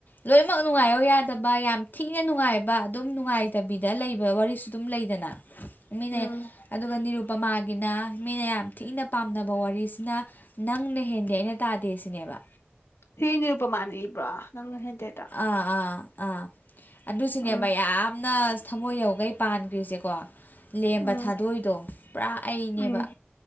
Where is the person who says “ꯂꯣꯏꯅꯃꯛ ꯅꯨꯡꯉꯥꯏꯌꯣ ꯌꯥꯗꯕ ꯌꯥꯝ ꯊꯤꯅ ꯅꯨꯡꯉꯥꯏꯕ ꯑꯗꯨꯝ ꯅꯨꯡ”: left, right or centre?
Left